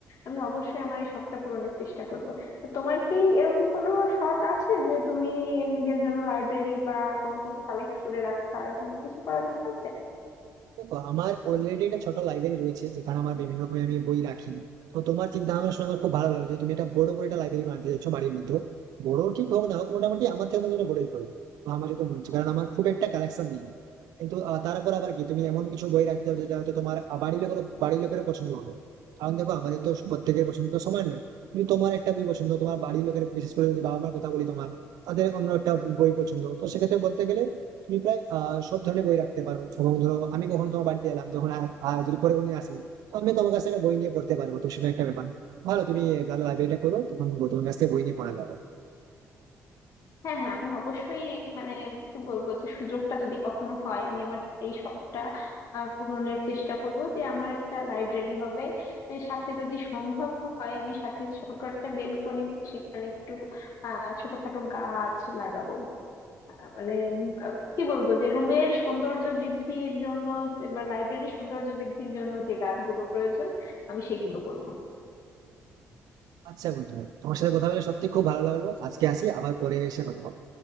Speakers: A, on the left; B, on the right.
A: আমি অবশ্যই আমার এই শখটা পূরণের চেষ্টা করব তো তোমার কি এরকম কোনো শখ আছে যে তুমি নিজের জন্য লাইব্রেরি বা কোনো কিছু কালেক্ট করে রাখা এরকম কিছু করার ইচ্ছা আছে
B: দেখো আমার অলরেডি একটা ছোট লাইব্রেরি রয়েছে যেখানে আমার বিভিন্ন রকমের আমি বই রাখি তো তোমার চিন্তা ভাবনা শুনে আমার খুব ভালো লাগলো যে তুমি একটা বড় করে একটা লাইব্রেরি বানাতে চাইছো বাড়ির মধ্যে বড় ঠিক হোক না হোক মোটামুটি আমার থেকে তোমার বড়ই করবে তো আমার যেটা মনে হচ্ছে কারণ আমার খুব একটা কালেকশন নেই কিন্তু আহ, তারপর আবার কি তুমি এমন কিছু বই রাখতে হবে যেটা হয়তো তোমার আহ, বাড়ির লোকের বাড়ির লোকের পছন্দ হবে কারণ দেখো আমাদের তো প্রত্যেকের পছন্দ তো সমান নয় কিন্তু তোমার একটা বই পছন্দ তোমার বাড়ির লোকের বিশেষ করে যদি বাবা মার কথা বলি তোমার তাদের অন্য একটা বই পছন্দ তো সেক্ষেত্রে বলতে গেলে তুমি প্রায় আহ, সব ধরনের বই রাখতে পারো এবং ধরো আমি কখনো তোমার বাড়িতে এলাম যখন আর আর যদি পরে কোনোদিন আসি তো আমি তোমার কাছে একটা বই নিয়ে পড়তে পারবো তো সেটা একটা ব্যাপার ভালো তুমি তাহলে লাইব্রেরিটা করো তখন তোমার কাছ থেকে বই নিয়ে পড়া যাবে
A: হ্যাঁ হ্যাঁ আমি অবশ্যই মানে কি বলবো যে সুযোগটা যদি কখনো হয় আমি আমার এই শখটা আহ, পূরণের চেষ্টা করব যে আমার একটা লাইব্রেরি হবে এর সাথে যদি সম্ভব হয় আমি সাথে ছোট একটা বেলকনি সেখানে একটু আহ ছোটখাটো গাছ লাগাবো আহ, মানে উম, আহ, কি বলবো যে রুমের সৌন্দর্য বৃদ্ধির জন্য বা লাইব্রেরির সৌন্দর্য বৃদ্ধির জন্য যে গাছগুলো প্রয়োজন আমি সেইগুলো করব
B: আচ্ছা বন্ধুরা তোমার সাথে কথা বলে সত্যি খুব ভালো লাগলো আজকে আসি আবার পরে এসে কথা হবে